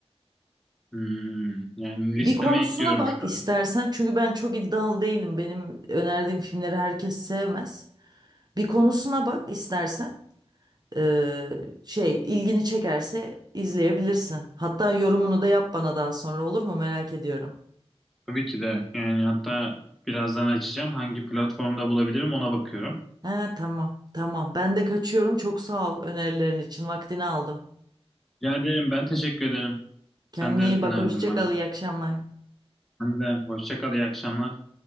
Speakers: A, in the centre; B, on the right.
A: Hmm, yani listeme
B: Bir konusuna
A: ekliyorum
B: bak
A: şu
B: istersen
A: an.
B: çünkü ben çok iddialı değilim. Benim önerdiğim filmleri herkes sevmez. Bir konusuna bak istersen. Ee, şey ilgini çekerse izleyebilirsin. Hatta yorumunu da yap bana daha sonra olur mu? Merak ediyorum.
A: Tabii ki de. Yani hatta birazdan açacağım. Hangi platformda bulabilirim ona bakıyorum.
B: Ha tamam tamam. Ben de kaçıyorum. Çok sağ ol önerilerin için. Vaktini aldım.
A: Rica ederim ben teşekkür ederim.
B: Kendine
A: Sen de önerdin
B: iyi bak. Hoşça
A: bana.
B: kal. İyi akşamlar.
A: Sen de hoşça kal, iyi akşamlar.